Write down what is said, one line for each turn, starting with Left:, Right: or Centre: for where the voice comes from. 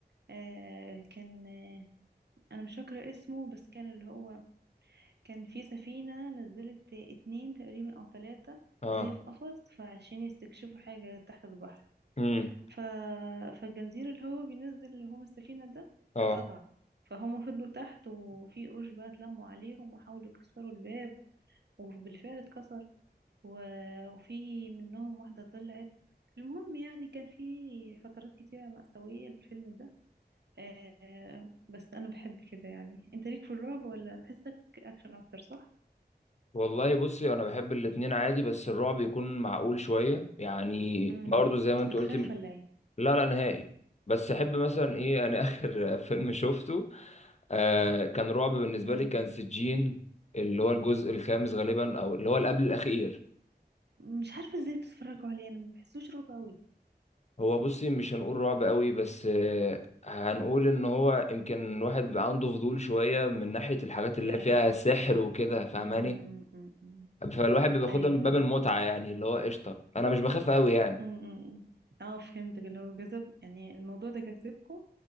Right: آه كان انا مش فاكره اسمه بس كان اللي هو كان في سفينه نزلت اتنين تقريبا او ثلاثه
Left: اه
Right: زي في قفص فعشان يستكشفوا حاجه تحت البحر
Left: امم
Right: ف... فالجنزير اللي هو بينزل اللي هم السفينه ده
Left: اه
Right: اتقطع فهم فضلوا تحت وفي قروش بقى اتلموا عليهم وحاولوا يكسروا الباب وبالفعل اتكسر و... وفي منهم واحده طلعت المهم يعني كان في فترات كتيره مأساويه الفيلم ده آه بس انا بحب كده يعني انت ليك في الرعب ولا بحسك اكشن اكتر صح
Left: والله بصي انا بحب الاتنين عادي بس الرعب يكون معقول شويه يعني
Right: امم
Left: برضه زي ما انت
Right: بتخاف
Left: قلت
Right: ولا ايه
Left: لا لا نهائي بس احب مثلا ايه انا اخر <laughs> فيلم شفته آه كان رعب بالنسبه
Right: امم
Left: لي كان سجين اللي هو الجزء الخامس غالبا او اللي هو اللي قبل الاخير
Right: مش عارفه ازاي بتتفرجوا عليه انا ما بحسوش رعب قوي
Left: هو بصي مش هنقول رعب قوي بس آه هنقول ان هو يمكن الواحد بيبقى عنده فضول شويه من ناحيه الحاجات
Right: يعرف
Left: اللي فيها سحر وكده فاهماني
Right: امم أمم، أمم.
Left: فالواحد بياخدها
Right: ايوه
Left: من باب
Right: ايوه
Left: المتعه يعني اللي هو قشطه انا مش بخاف قوي يعني
Right: امم أمم. اه فهمتك اللي هو جذب يعني الموضوع ده جذبكم